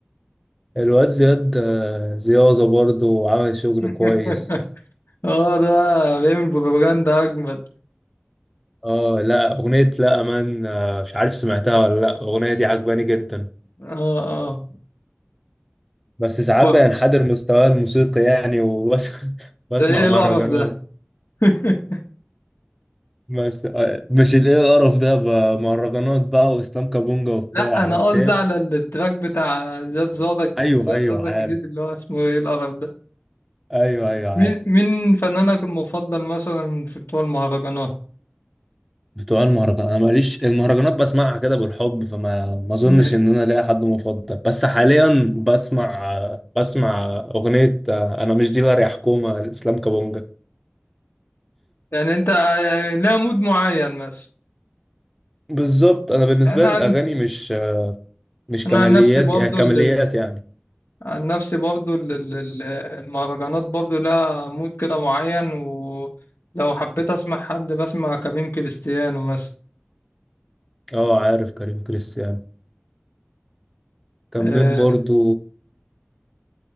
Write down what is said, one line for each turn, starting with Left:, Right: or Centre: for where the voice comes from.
Centre: الواد زياد آه، زيازة برضه عمل شغل
Left: <laughs>
Centre: كويس
Left: اه ده بيعمل بروباجندا اجمد
Centre: اه لا أغنية لا أمان آه، مش عارف سمعتها ولا لأ الأغنية دي عجباني جدا
Left: اه
Centre: بس ساعات
Left: اه
Centre: بينحدر مستواه الموسيقي يعني وبس- <laughs> وبسمع
Left: زي ايه
Centre: مهرجانات
Left: القرف ده <laughs>
Centre: بس آه، مش الايه القرف ده بقى، مهرجانات بقى واسلام كابونجا وبتاع
Left: لا انا
Centre: بس
Left: قصدي
Centre: هي
Left: على التراك بتاع زياد زوزة
Centre: ايوه
Left: زياد
Centre: ايوه
Left: زوزة
Centre: عارف
Left: الجديد اللي هو اسمه ايه القرف ده
Centre: ايوه ايوه عارف
Left: مين مين فنانك المفضل مثلا في بتوع المهرجانات
Centre: بتوع المهرجان انا ماليش المهرجانات بسمعها كده بالحب فما ما اظنش
Left: <laughs>
Centre: ان انا ليا حد مفضل بس حاليا بسمع آه، بسمع اغنيه آه، انا مش ديلر يا حكومه لاسلام كابونجا
Left: يعني انت لها مود معين مثلا
Centre: بالظبط انا بالنسبه
Left: انا
Centre: لي
Left: عن
Centre: الاغاني مش آه، مش
Left: انا
Centre: كماليات
Left: عن نفسي برضو
Centre: يعني كماليات
Left: ال... ال-
Centre: يعني
Left: عن نفسي برضو ال... ال- ال- المهرجانات برضو لها مود كده معين ولو حبيت اسمع حد بسمع كريم كريستيانو مثلا
Centre: اه عارف كريم كريستيانو كان
Left: آه،
Centre: مين برضو